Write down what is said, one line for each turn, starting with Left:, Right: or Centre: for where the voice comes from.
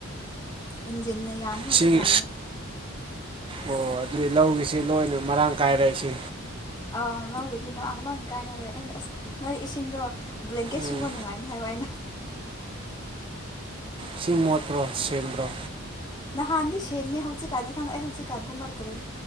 Left: ꯍꯦꯟꯖꯤꯟꯅ ꯌꯥꯝꯈ꯭ꯔꯦ
Right: ꯏꯁꯤꯡ
Left: ꯍꯧꯖꯤꯛ ꯀꯥꯟꯗꯤ
Right: ꯑꯣ ꯑꯗꯨꯗꯤ ꯂꯧꯒꯤꯁꯤ ꯂꯣꯏꯅ ꯃꯔꯥꯡ ꯀꯥꯏꯔꯛꯏꯁꯤ
Left: ꯑꯥꯎ ꯂꯧꯕꯗꯤ ꯃꯔꯥꯡ ꯂꯣꯏ ꯀꯥꯏꯅꯔꯦ ꯑꯩꯅ ꯑꯁ ꯅꯣꯏ ꯏꯁꯤꯡꯗꯣ ꯕ꯭ꯂꯦꯡꯀꯦꯠ
Right: ꯎꯝ
Left: ꯁꯨꯕ ꯅꯨꯡꯉꯥꯏꯅꯤ ꯍꯥꯏꯕ ꯑꯩꯅ
Right: ꯁꯤꯡ ꯃꯣꯠꯇ꯭ꯔꯣ ꯁꯦꯝꯦꯡꯕ꯭ꯔꯣ
Left: ꯅꯍꯥꯟꯗꯤ ꯁꯦꯡꯉꯦ ꯍꯧꯖꯤꯛꯀꯥꯟꯅꯤ ꯈꯪꯗ ꯑꯩ ꯍꯧꯖꯤꯛꯀꯥꯟꯒꯨꯝꯂꯛꯇ꯭ꯔꯦ